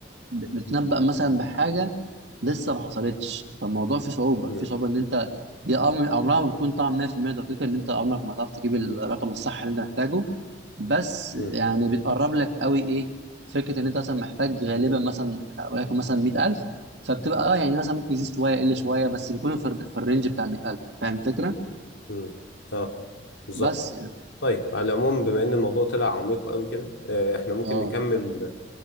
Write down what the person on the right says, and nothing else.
بتنبأ مثلا بحاجة لسه ما حصلتش فالموضوع فيه صعوبة
فيه صعوبة إن أنت هي أمر عمرها ما بتكون طبعا 100% دقيقة إن أنت عمرك ما هتعرف تجيب الرقم الصح اللي أنت محتاجه بس
يعني بتقرب لك قوي إيه فكرة إن أنت مثلا محتاج غالبا مثلا وليكن مثلا 100000 فبتبقى اه يعني مثلا ممكن يزيد شوية يقل شوية بس بيكون في الر- في الرينج بتاع 100000 فاهم الفكرة؟
بس يعني
اه